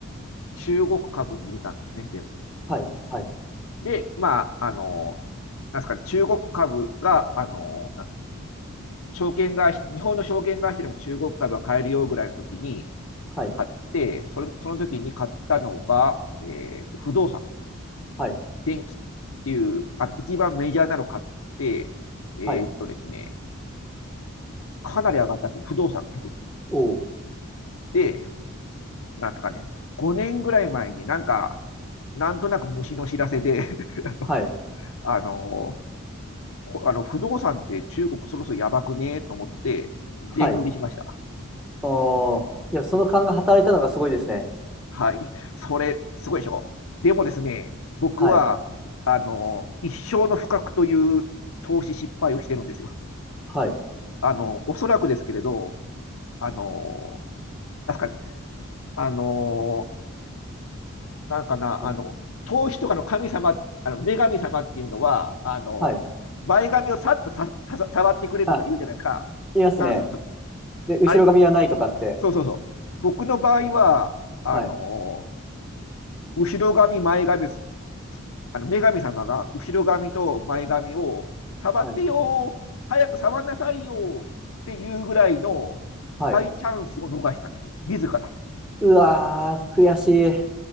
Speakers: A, on the left; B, in the centre.
A: 中国株に入れたんですね、全部。
B: はい、はい、
A: で、まあ、あの、なんですかね、中国株が、あの、なんですかね証券会社、日本の証券会社でも中国株は買えるよぐらいの時に
B: はい、
A: 買って、その、その時に買ったのが、えっと、不動産、
B: はい、
A: 電気っていう、あの、一番メジャーなの買って、えっとですね、
B: はい、
A: かなり上がったんですよ。不動産、特に。
B: おー、
A: で、なんとかね、5年ぐらい前になんか、なんとなく虫の知らせで
B: はい、
A: <laughs> あの、あの不動産って中国そろそろやばくねと思って、全売りしました。
B: はい。おー、いや、その勘が働いたのがすごいですね。
A: はい。それ、すごいでしょでもですね、僕は、
B: はい、
A: あの、一生の不覚という投資失敗をしてるんですよ。
B: はい、
A: あの、おそらくですけれど、あの、確かに、あの、なんかな、
B: はい、
A: あの、投資とかの神様、あの、女神様っていうのは、あの、
B: はい。
A: 前髪をさっとさ、さ、触ってくれるとか言うじゃないですか。
B: あ、いますね。
A: ダンスの時。
B: で、後ろ髪はないとかって。
A: あれ、そうそうそう。僕の場合は、あの
B: はい、
A: 後ろ髪、前髪、あの女神様が後ろ髪と前髪を触ってよ早く触んなさいよっていうぐらいの大チャンスを逃したんですよ、
B: はい、はい。
A: 自ら。
B: うわー、悔しい。